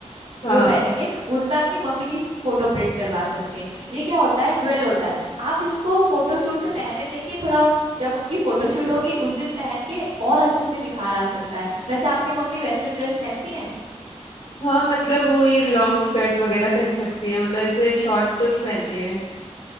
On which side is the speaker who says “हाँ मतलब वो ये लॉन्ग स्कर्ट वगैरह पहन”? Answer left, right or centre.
Left